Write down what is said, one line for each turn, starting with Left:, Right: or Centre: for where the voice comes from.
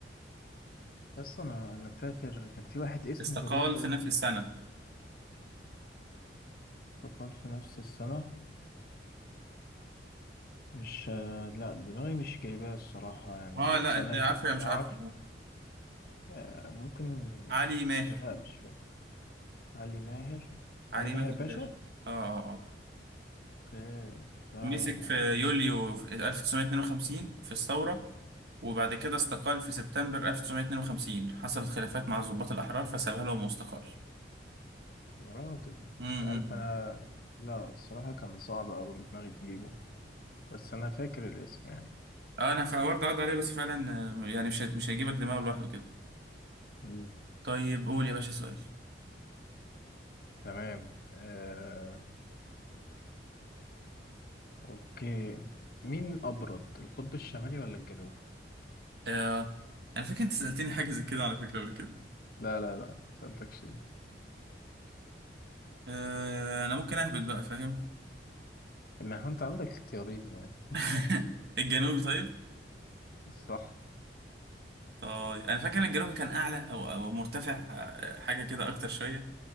Left: اصلا انا أنا فاكر كان في واحد اسمه
Right: استقال
Left: غريب
Right: في نفس السنة
Left: تقال في نفس السنة مش آه، لا دماغي مش جايباه الصراحة يعني
Right: اه لا
Left: بس
Right: انت
Left: أنا
Right: عارفه
Left: أكيد
Right: يا مش
Left: عارف
Right: عارفه آه،
Left: آه، ممكن
Right: علي ماهر
Left: مش لا مش فاكر علي ماهر
Right: علي
Left: علي ماهر
Right: ماهر
Left: باشا
Right: باشا اه اه اه
Left: أوكي لا
Right: مسك
Left: ده
Right: في يوليو في 1952 في الثورة وبعد كده استقال في سبتمبر 1952 حصلت خلافات مع الضباط الأحرار فسابها لهم واستقال
Left: يا راجل أنت
Right: امم
Left: عارف أنا لا الصراحة كان صعب أوي دماغي تجيبه بس أنا فاكر الاسم يعني
Right: اه انا فورد عض عليه بس فعلا آه، يعني مش هي- مش هيجيبك دماغه لوحده كده
Left: مم.
Right: طيب قول يا باشا سؤال
Left: تمام آه... أوكي مين أبرد القطب الشمالي ولا الجنوبي؟
Right: آه انا فاكر انت سألتني حاجة زي كده على فكرة قبل كده
Left: لا لا لا مسألتكش دي
Right: آه انا ممكن اهبط بقى فاهم
Left: ما هو أنت عندك اختيارين يعني
Right: <laughs>
Left: <laughs>
Right: الجنوبي طيب
Left: صح
Right: طيب انا فاكر ان الجنوبي كان اعلى او او مرتفع آه، حاجة كده اكتر شوية